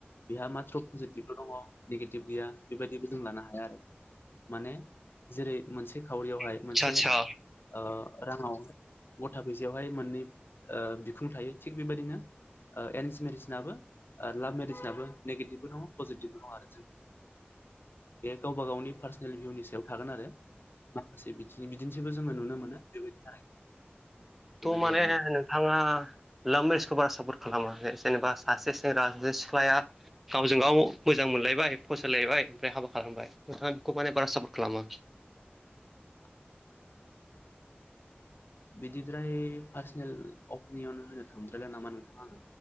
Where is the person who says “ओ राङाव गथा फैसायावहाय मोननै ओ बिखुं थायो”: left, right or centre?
Left